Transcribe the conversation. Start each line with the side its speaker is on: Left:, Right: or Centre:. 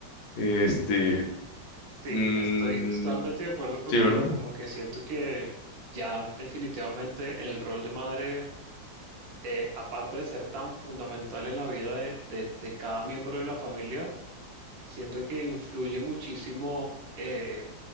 Left: Este,
Right: sí,
Left: mm,
Right: estoy totalmente de acuerdo contigo,
Left: sí, ¿verdad?
Right: como que siento que ya definitivamente el rol de madre eh, aparte de ser tan fundamental en la vida de, de- de cada miembro de la familia, siento que influye muchísimo eh,